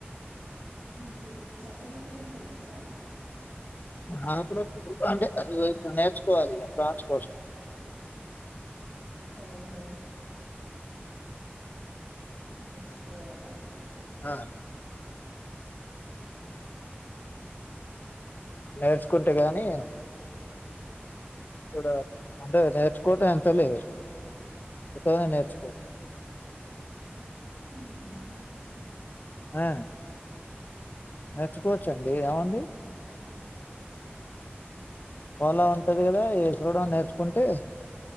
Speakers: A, on the right; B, on the left.
A: మీకు చాపల్ పట్టడం గూడొచ్చా.
B: నాకూడ <inaudible> అంటే ఇగో ఇపుడు నేర్చుకోవాలిగా ప్రాన్స్ కోసం.
A: ఓహో! నేర్చుకోవాలా
B: ఆ
A: ఇ
B: నేర్చ్ కుంటే గానీ ఈడా అంటే నేర్చుకోవటం ఎంత లే. ఉత్తగనే నేర్చుకోవ <inaudible>
A: అవునా
B: ఆ నేర్చుకోవచ్చండీ ఏముందీ. పోలం ఉంటది గదా ఏ <unintelligible> నేర్చ్ కుంటే